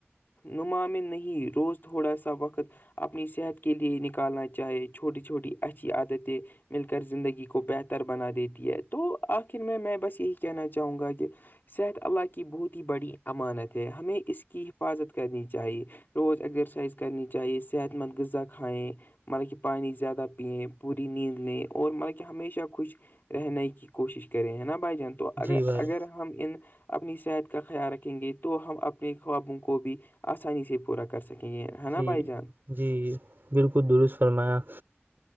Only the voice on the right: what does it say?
جی بھائی
جی
جی بالکل درست فرمایا